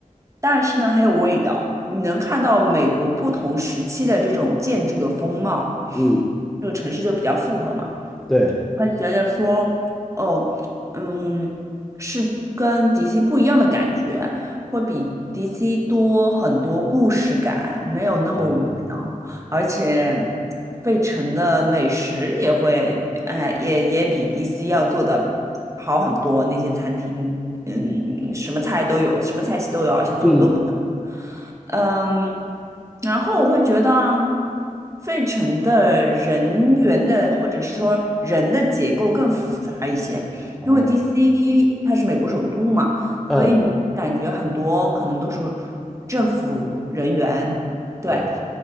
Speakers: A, on the right; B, in the centre.
A: 但是呢很有味道。你能看到美国不同时期的这种建筑的风貌，
B: 嗯，
A: 这个城市就比较复合嘛。
B: 对，
A: 会觉得说，哦，嗯，是跟 DC 不一样的感觉，会比 DC 多很多故事感，没有那么无聊，
B: 哦，
A: 而且费城的美食也会，哎，也也比 DC 要做的好很多，那些餐厅，嗯，什么菜都有，什么菜系都有，而且做的都不
B: 嗯
A: 嗯，然后我会觉得费城的人员的或者是说人的结构更复杂一些，
B: 哦，
A: 因为 DC 它是美国首都嘛，
B: 嗯
A: 所以你会感觉很多可能都是政府人员，对。
B: 嗯，